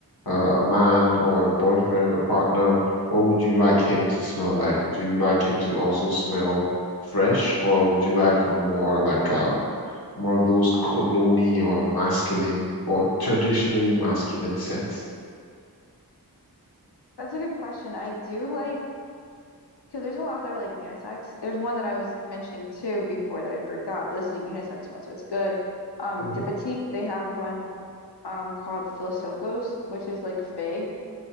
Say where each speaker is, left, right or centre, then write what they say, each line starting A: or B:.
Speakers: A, on the left; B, on the left.
A: uh, a man or a boyfriend or partner, what would you like him to smell like? Would you like him to also smell fresh, or would you like more like um more of those cologne or masculine or traditionally masculine scents?
B: That's a good question. I do like because there's a lot that are like unisex. There's one that I was mentioning too before that I forgot, but this is a unisex one, so it's good. Um,
A: hmm
B: De Petite, they have one um called Philosokos, which is like fig